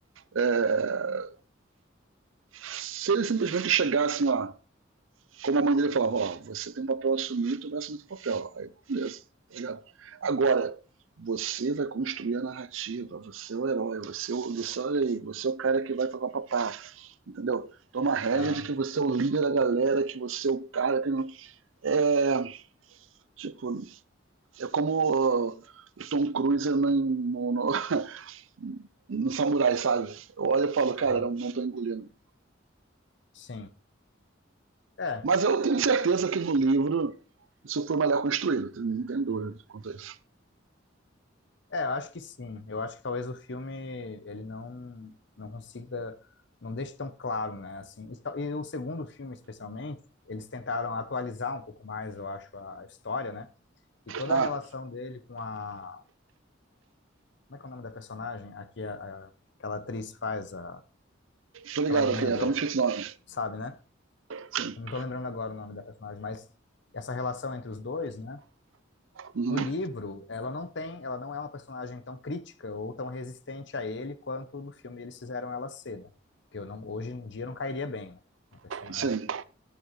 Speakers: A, on the right; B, on the left.
A: é, se ele simplesmente chegar assim, ó, como a mãe dele falava, ó, você tem um papel a assumir, tu vai assumir teu papel. Aí, beleza, tá ligado? Agora, você vai construir a narrativa, você é o herói, você é o, você, olha aí, você é o cara que vai falar papá, entendeu? Toma a regra
B: Aham,
A: de que você é o líder da galera, que você é o cara que... não- É, tipo, é como Uh, o Tom Cruise no, no, no- <laughs> no Samurai, sabe? Eu olho e falo,
B: aham,
A: cara, não, não tô engolindo.
B: sim. É,
A: Mas eu tenho certeza que no livro isso foi melhor construído, não tem dúvida quanto a isso.
B: é, eu acho que sim. Eu acho que talvez o filme ele não não consiga, não deixe tão claro, né? Assim, e, tal- e o segundo filme especialmente, eles tentaram atualizar um pouco mais, eu acho, a história, né? E toda
A: Ah,
B: a relação dele com a, Como é que é o nome da personagem? Aqui, a, a- aquela atriz faz, a,
A: tô ligado
B: aquela menina
A: aqui, tá
B: do.
A: muito difícil o nome.
B: Sabe, né?
A: Sim.
B: Eu não tô lembrando agora o nome da personagem, mas essa relação entre os dois, né?
A: Uhum,
B: No livro, ela não tem, ela não é uma personagem tão crítica ou tão resistente a ele quanto no filme eles fizeram ela ser, né? Porque eu não, hoje em dia não cairia bem, né? Uma personagem.
A: sim.